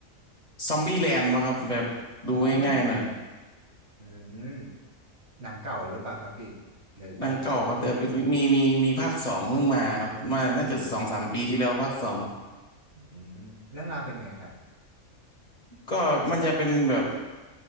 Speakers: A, on the left (about 30°); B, on the right (about 60°).
A: ซอมบี้แลนด์ป่ะครับแบบดูง่ายๆหน่อย
B: อืมอืมหนังเก่าหรือเปล่าครับพี่หรือยังยังไม่เก่า
A: หนังเก่าครับแต่มีมีมีภาคสองเพิ่งมาครับมาน่าจะสองสามปีที่แล้วภาคสอง
B: อืมอืมเรื่องราวเป็นไงครับ
A: ก็มันจะเป็นแบบ